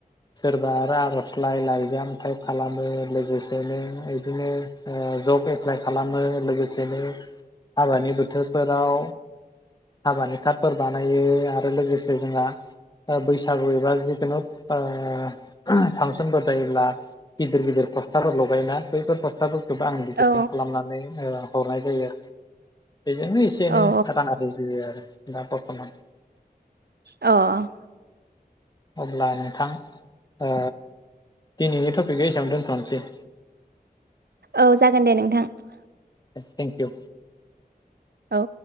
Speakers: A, on the left; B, on the right.
A: सोरबा रां अनसुं लाय लाइजाम टाइप खालामो लोगोसेनो बिदिनो ओ जब एप्लाइ खालामो लोगोसेनो हाबानि बोथोरफोराव हाबानि कार्डफोर बानायो आरो लोगोसे जोंहा बैसागु एबा जिखुनु ओह फांसनफोर जायोब्ला गिदिर गिदिर पस्थाफोर लगायना बैफोर पस्थाफोर गोबां डिजाइन
B: औ
A: खालामनानै ओ हरनाय जायो। बेजोंनो एसे एनै
B: औ
A: रां आरजियो आरो। दा बरथ'मान
B: अह ।
A: अब्ला नोंथां ओ दिनैनि टपिकख एसेवनो दोन्थ'नोसै।
B: औ जागोन दे नोंथां ।
A: Thank you.
B: औ।